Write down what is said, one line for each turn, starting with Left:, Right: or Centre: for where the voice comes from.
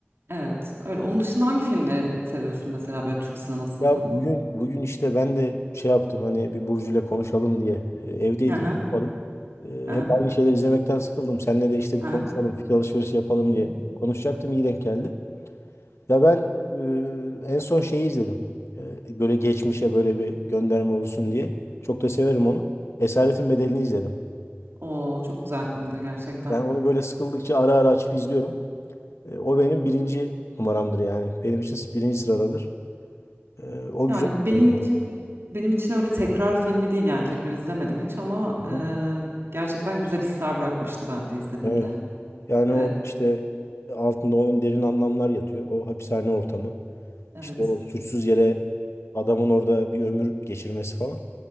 Right: Evet öyle. Onun dışında hangi filmleri seviyorsun mesela böyle Türk sinemasında?
Left: Ya bugün bugün işte ben de şey yaptım hani bir Burcu'yla konuşalım diye. E, Evdeydim
Right: Aha,
Left: çıkmadım. E,
Right: aha,
Left: hep aynı şeyler izlemekten sıkıldım. Seninle de işte bir
Right: aha.
Left: konuşalım fikir alışverişi yapalım
Right: Hı
Left: diye.
Right: hı.
Left: Konuşacaktım iyi denk geldi. Ya ben e, en son şeyi izledim. E, böyle geçmişe böyle bir gönderme olsun diye. Çok da severim onu. Esaretin Bedeli'ni izledim.
Right: Oo çok güzel filmdir gerçekten.
Left: Ben onu böyle sıkıldıkça ara ara açıp izliyorum. E, o benim birinci numaramdır yani. Benim için birinci sıradadır. E, o
Right: Yani
Left: güzel bir
Right: benim
Left: film.
Right: için
Left: var.
Right: benim için öyle tekrar filmi değil yani tekrar izlemedim hiç ama
Left: Hı
Right: e,
Left: hı.
Right: gerçekten güzel hisler bırakmıştı ben de izlediğimde.
Left: Evet. Yani
Right: Evet,
Left: o işte altında onun derin anlamlar yatıyor. O hapishane ortamı.
Right: evet,
Left: İşte o suçsuz yere adamın orada bir ömür geçirmesi falan.